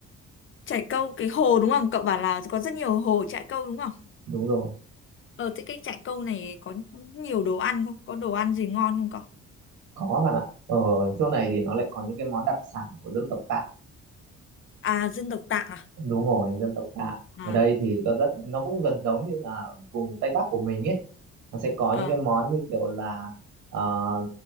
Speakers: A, on the left (about 40°); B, on the right (about 75°).
A: trại câu cái hồ đúng không cậu bảo là có rất nhiều hồ trại câu đúng không
B: đúng rồi
A: Ở thế cái trại câu này có nhiều đồ ăn không? Có đồ ăn gì ngon không cậu?
B: có bạn ạ ở chỗ này thì nó lại có những cái món đặc sản của dân tộc Tạ
A: À, dân tộc Tạng à?
B: đúng rồi dân tộc Tạ
A: À,
B: ở đây thì có rất nó cũng gần giống như là vùng Tây Bắc của mình ấy nó sẽ có
A: à
B: những cái món như kiểu là ờ,